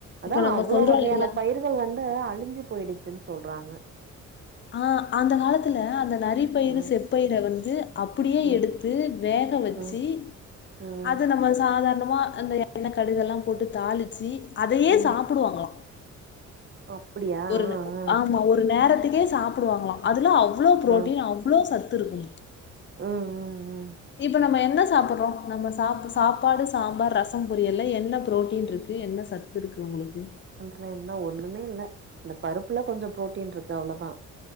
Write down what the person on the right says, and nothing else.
அதா
அவ்ளோ
வகையான
பயிறுகள் வந்து அழிஞ்சி போயிடுச்சுன் சொல்றாங்க
ம்
ம்
ம் ம்
ம்
அப்டியா
ஆ ஆ
ம்
ம் ம் ம்
ஒன்ட்ல என்ன ஒன்னுமே இல்ல இந்த பருப்புல கொஞ்ச ப்ரோட்டீன் இருக்கு அவ்ளோதா